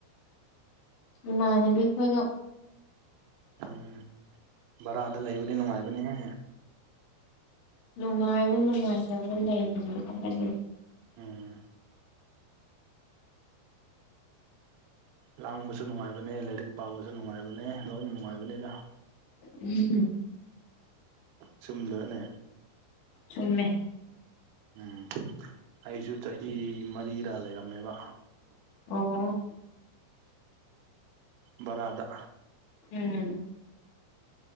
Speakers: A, on the left; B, on the right.
A: ꯏꯃꯥꯟꯅꯕꯤ ꯈꯣꯏꯒ
B: ꯎꯝ ꯚꯔꯥꯗ ꯂꯩꯕꯗꯤ ꯅꯨꯡꯉꯥꯏꯕꯅꯦꯍꯦ
A: ꯅꯨꯡꯉꯥꯏꯕ ꯅꯨꯡꯉꯥꯏꯇꯕ ꯂꯩꯔꯤꯁꯦ <inaudible>
B: ꯎꯝ ꯂꯥꯡꯕꯁꯨ ꯅꯨꯡꯉꯥꯏꯕꯅꯦ ꯂꯥꯏꯔꯤꯛ ꯄꯥꯕꯁꯨ ꯅꯨꯡꯉꯥꯏꯕꯅꯦ ꯂꯣꯏꯅ ꯅꯨꯡꯉꯥꯏꯕꯅꯤꯗ
A: <unintelligible>
B: ꯆꯨꯝꯗ꯭ꯔꯅꯦ
A: ꯆꯨꯝꯃꯦ
B: ꯎꯝ ꯑꯩꯁꯨ ꯆꯍꯤ ꯃꯔꯤꯔꯥ ꯂꯩꯔꯝꯃꯦꯕ
A: ꯑꯣ
B: ꯕꯔꯥꯗ
A: ꯎꯝ